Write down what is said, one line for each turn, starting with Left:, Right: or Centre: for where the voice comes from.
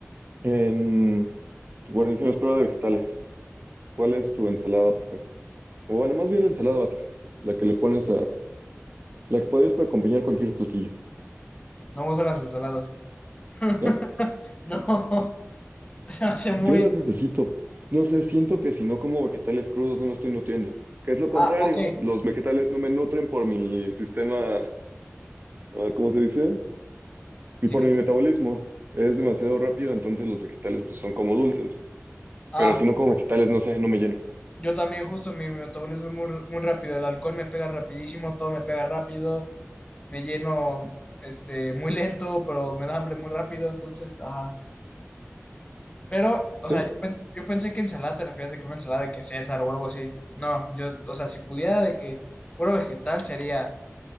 Right: En guarniciones prueba de vegetales, ¿cuál es tu ensalada perfecta? O bueno, más bien la ensalada básica, la que le pones a, la que podrías para acompañar cualquier platillo.
Left: No me gustan las ensaladas. <laughs>
Right: ¿no?
Left: No, se hace
Right: Yo
Left: muy.
Right: las necesito. No sé, siento que si no como vegetales crudos no me estoy nutriendo, que es lo contrario.
Left: Ah, ok.
Right: Los vegetales no me nutren por mi sistema, ah, ¿cómo se dice? Y
Left: Dije,
Right: por mi metabolismo. Es demasiado rápido, entonces los vegetales pues son como dulces.
Left: ah,
Right: Pero si no como vegetales, no sé, no me lleno.
Left: yo también, justo mi metabolismo es muy, muy rápido. El alcohol me pega rapidísimo, todo me pega rápido. Me lleno este, muy lento, pero me da hambre muy rápido. Entonces, ajá. Pero, o
Right: ¿Sí?
Left: sea, yo, pen- yo pensé que ensalada te referías de que una ensalada de que César o algo así. No, yo, o sea, si pudiera de que puro vegetal sería